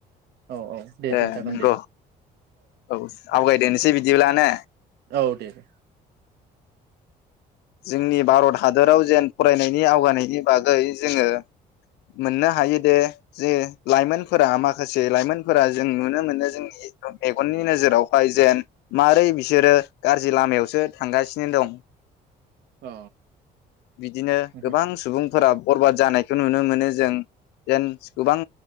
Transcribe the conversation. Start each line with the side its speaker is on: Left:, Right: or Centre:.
Right: औ औ दे
Left: ए
Right: दे जागोन
Left: नंगौ
Right: दे।
Left: औ आवगायदोनिसै बिदिब्ला ने
Right: औ दे दे
Left: जोंनि भारत हादराव जेन फरायनायनि आवगायनायनि बागै जोङो मोननो हायो दे जोङो लाइमोनफोरा माखासे लाइमोनफोरा जों नुनो मोनो जोंनि मेगननि नोजोरावहाय जेन मारै बिसोरो गाज्रि लामायावसो थांगासिनो दं ।
Right: औ
Left: बिदिनो
Right: उम
Left: गोबां सुबुं फोरा बरबाद जानायखौ नुनो मोनो जों जेन गोबां